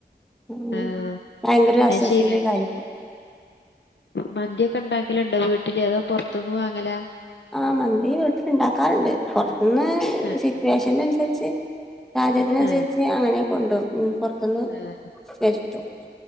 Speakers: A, in the centre; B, on the left.
A: ഉം
B: ആഹ്
A: ഭയങ്കര
B: അത്
A: അസ്വസ്ഥതയു
B: ശരിയാണ്
A: കാരിക്കും.
B: മന്തിയൊക്കെ ഉണ്ടാക്കലുണ്ടോ വീട്ടില് അതോ പുറത്തൊന്നന്ന് വാങ്ങല?
A: ആഹ് മന്തി വീട്ടിലിണ്ടാക്കാറുണ്ട് പൊറത്തുന്ന്
B: ആഹ്
A: സിറ്റുവേഷന് അനുസരിച്ച് സാഹചര്യത്തിനനുസരിച്ചു
B: ആഹ്
A: അങ്ങനെയൊക്കെ കൊണ്ടോവും ഉം പൊ റ ത്ത് ന്ന്
B: ആഹ്
A: വരുത്തും